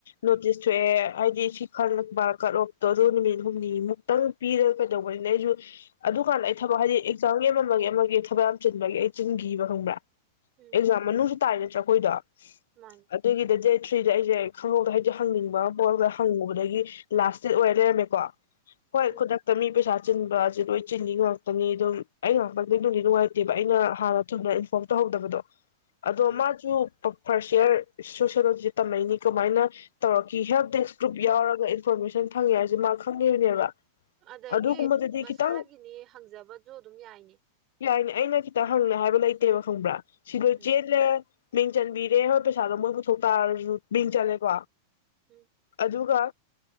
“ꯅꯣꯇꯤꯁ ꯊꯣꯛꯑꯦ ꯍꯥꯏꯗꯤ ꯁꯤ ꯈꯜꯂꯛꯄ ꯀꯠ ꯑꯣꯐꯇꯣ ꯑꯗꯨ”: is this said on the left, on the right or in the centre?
Left